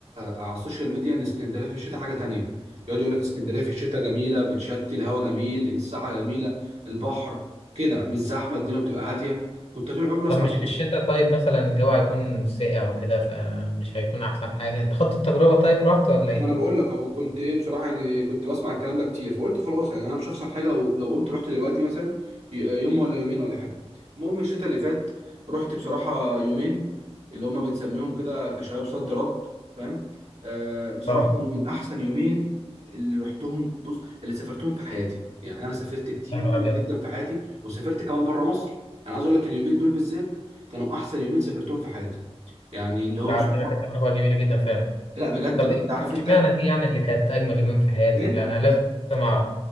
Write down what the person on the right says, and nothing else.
على السوشيال ميديا ان اسكندريه في الشتاء حاجه تانية يقعد يقول لك اسكندريه في الشتاء جميله بتشتي الهواء جميل الساعه جميله البحر كده مش زحمه الدنيا بتبقى هاديه كنت طول عمري اسمع
كده
ما انا بقول لك اهو كنت ايه بصراحه يعني كنت بسمع الكلام ده كتير فقلت خلاص يعني انا مش هخسر حاجه لو لو قمت رحت دلوقتي مثلا ي- يوم ولا يومين ولا حاجه المهم الشتاء اللي فات رحت بصراحه يومين اللي هما بنسميهم كده كشباب صد رد فاهم آه بصراحه
كانوا من احسن يومين اللي رحتهم بص اللي سافرتهم في حياتي يعني انا سافرت كتير
جدا في حياتي وسافرت كمان بره مصر انا عايز اقول لك اليومين دول بالذات كانوا احسن يومين سافرتهم في حياتي يعني اللي هو
بصراحه
لا بجد
بجد
عارف
انت
ايه